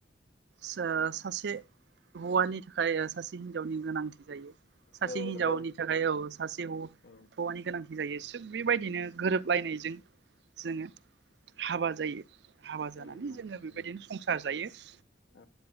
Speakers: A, on the right; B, on the left.
A: स सासे हौवानि थाखाय सासे हिनजावनि गोनांथि जायो सासे
B: औ
A: हिनजावनि
B: नंगौ
A: थाखाय औ सासे हौवानि
B: औ
A: गोनांथि जायो थिग बेबायदिनो गोरोबलायनायजों जोङो हाबा जायो हाबा जानानै
B: नंगौ
A: जोङो
B: नंगौ
A: बेबायदिनो संसार जायो ए
B: औ